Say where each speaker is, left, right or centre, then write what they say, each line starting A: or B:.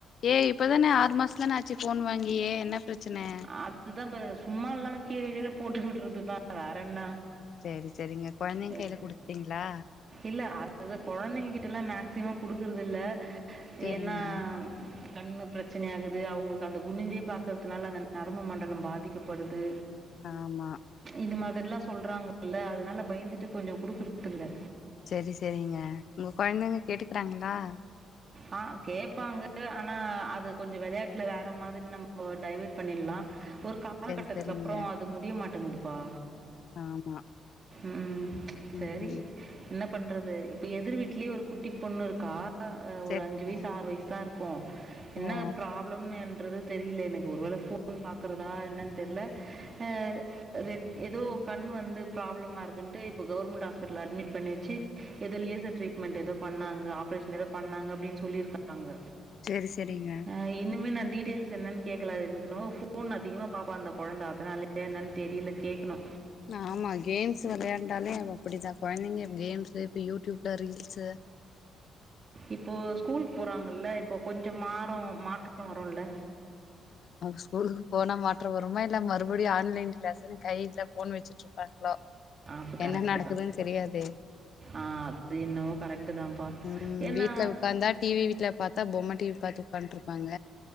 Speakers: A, on the left; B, on the right.
A: ஏ இப்பதான ஆறு மாசந்தான ஆச்சு ஃபோன் வாங்கியே என்ன பிரச்சன
B: அதுக்கு தா பா சும்மால்லாம கீழ கீழ போட்டு விட்டுறது தா வேற என்ன
A: செரி செரிங்க கொழந்தைங்க கைல
B: அஹ்
A: குடுத்ட்டீங்ளா
B: இல்ல அடுதது கொழந்தைங்க கிட்டலா மேக்சிமம் குடுக்குறது இல்ல
A: செரிங்க
B: ஏன்னா கண்ணு பிரச்சனை ஆகுது அவங்களுக்கு அந்த குனிஞ்சே பாக்குறது இத்னால நம்ம நரம்பு மண்டல பாதிக்கப்படுது
A: ஆமா
B: இது மாதிரில்லா சொல்றாங்கல்ல அதனால பயந்துட்டு கொஞ்சோ குடுக்குறது பிள்ள
A: சரி சரிங்க உங்க கொழந்தைங்க கேட்டுக்குறாங்களா
B: ஆ கேப்பாங்க ஆனா அது கொஞ்சோ விளையாட்டுல வேற மாதிரி நம்ப டைவர்ட் பண்ணிலா ஒரு கால
A: செரி
B: கட்டத்துக்கு
A: செரிங்க
B: அப்பறோ அது முடிய மாட்டேங்குதுப்பா
A: ஆமா
B: ம் சரி
A: ம்
B: என்ன பண்றது இப்ப எதிர் வீட்லயே ஒரு குட்டி பொண்ணு இருக்கா ஒரு
A: செரிங்க
B: அஞ்சு வயசு ஆறு வயசு தா இருக்கோ என்ன
A: ஓ
B: ப்ராப்ளம் என்றது தெரில எனக்கு ஒருவேல ஃபோன் பாக்குறதா என்னன் தெரில ஆ ரெட் ஏதோ கண் வந்து ப்ராப்ளமா இருக்குன்ட்டு இப்போ கவர்மெண்ட் ஹாஸ்பிடல்ல அட்மிட் பண்ணி வச்சி இது லேசர் ட்ரீட்மெண்ட் எதோ பண்ணாங்க ஆப்ரேஷன் எதோ பண்ணாங்க அப்டின் சொல்லிருக்காங்க
A: செரி செரிங்க
B: ஆ இனிமே நா டீடெய்ல்ஸ் என்னன் கேக்கலா எனக்கென்னவோ ஃபோன் அதிகமா பாப்பா அந்த கொழந்த அதனாலயா என்னன் தெரில கேக்கணு
A: ஆமா கேம்ஸ் விளையாண்டாலே அப்டித்தா கொழந்தைங்க கேம்ஸூ இப்ப யூடியூப்ல ரீல்ஸு
B: இப்போ ஸ்கூல் போறாங்கல்ல இப்போ கொஞ்சோ மாற மாற்ற வருல்ல
A: ஸ்கூலுக்கு போனா மாற்ற வருமா இல்ல மறுபடியு ஆன்லைன் லெஸன் கைல ஃபோன் வச்சுட்டு இருப்பாங்களோ
B: அது கரெக்டு
A: என்ன நடக்குதுன்
B: தான்
A: தெரியாதே
B: ஆ அது என்னவோ கரெக்ட் தான்ப்பா
A: ம்
B: ஏன்னா
A: வீட்ல உக்காந்தா டி வி வீட்ல பாத்தா பொம்ம டி வி பாத்து உக்கான்டு இருப்பாங்க